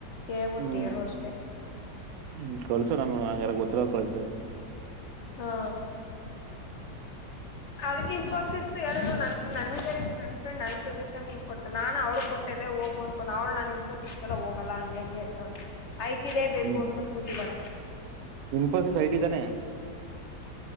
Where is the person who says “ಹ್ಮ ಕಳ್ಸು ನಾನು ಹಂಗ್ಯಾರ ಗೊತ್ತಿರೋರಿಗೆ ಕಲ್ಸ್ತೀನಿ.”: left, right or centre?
Right